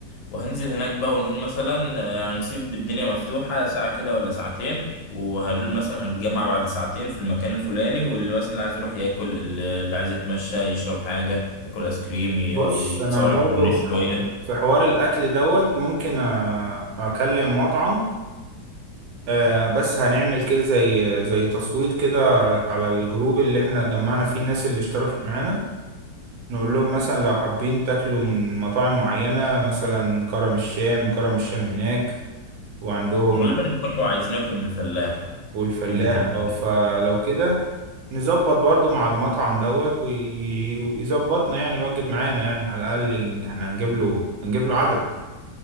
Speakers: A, on the left; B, on the right.
A: وهننزل هناك بقى ونقول مثلا آه، هنسيب الدنيا مفتوحة ساعة كده ولا ساعتين وهنقول مثلا هنتجمع بعد ساعتين في المكان الفلاني واللي مثلا اللي عايز يروح ياكل اللي اللي عايز يتمشى يشرب حاجة ياكل ايس كريم ي-
B: بص
A: يتصور
B: انا برضو
A: على الكورنيش
B: في ح-
A: شوية
B: في حوار الاكل دوت ممكن أ- اكلم مطعم آه، بس هنعمل كده زي زي تصويت كده على على الجروب اللي احنا جمعنا فيه الناس اللي اشتركت معانا نقول لهم مثلا لو حابين تاكلوا من مطاعم معينة مثلا كرم الشام كرم الشام هناك وعندهم
A: غالبا كانوا عايزين ياكلوا من الفلاح
B: والفلاح
A: كبدة الفلاح
B: اه فلو كده نظبط برضو مع المطعم دوت وي- ويظبطنا يعني يوجب معانا يعني على الاقل احنا هنجيب له هنجيب له عدد